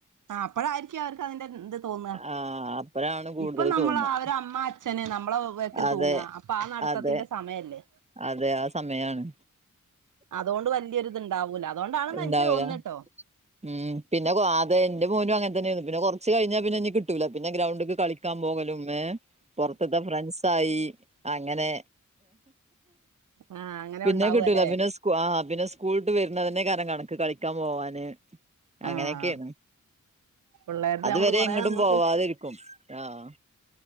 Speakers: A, on the right; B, on the right.
A: ആഹ് അപ്പഴായിരിക്കും അവർക്ക് അതിന്റെ ഇത് തോന്ന
B: ആഹ് അപ്പഴാണ് കൂടുതൽ
A: ഇപ്പൊ നമ്മൾ
B: തോന്നുക
A: ആ ഒരു അമ്മ അ ഛന് നമ്മളെ വേക്കിൽ
B: അതെ
A: തൂങ്ങ അപ്പൊ ആ നടത്തത്തിന്റെ
B: അതെ
A: സമയല്ലേ
B: അതെ ആ സമയാണ്
A: അതോണ്ട് വല്യര് ഇത്ണ്ടാവൂല അദൊണ്ടാണെന്ന്
B: ഉണ്ടാവൂല
A: എനിക്ക് തോന്ന്ന്നട്ടോ
B: ഉം പിന്നെ അദേ ഇന്റെ മോനും അങ്ങൻ തന്നെണ് പിന്നെ കൊർച്ച് കഴിഞ്ഞാ പിന്നെ എനിക്ക് കിട്ടൂല്ല പിന്നെ ഗ്രൗണ്ട്ക്ക് കളിക്കാൻ പോകലും. ഏഹ് പൊർത്ത്ത്തെ ഫ്രണ്ട്സ് ആയി അങ്ങനെ.
A: ആഹ് അങ്ങനെ
B: പിന്നെ
A: ഉണ്ടാവും
B: കിട്ടൂല
A: അല്ലേ
B: പിന്നെ സ്- ആഹ് പിന്നെ സ്കൂൾട്ട് വരുന്നതന്നെയ്കാരം കണക്ക് കളിക്കാൻ പോവാന്. അങ്ങനെക്കെണ്
A: ആഹ് പിള്ളേരുടെ
B: അതുവരെ
A: നമ്മള് കൊറേ
B: എങ്ങട്ടും
A: നമ്മക്ക്
B: പോവാതിരിക്കും ആഹ്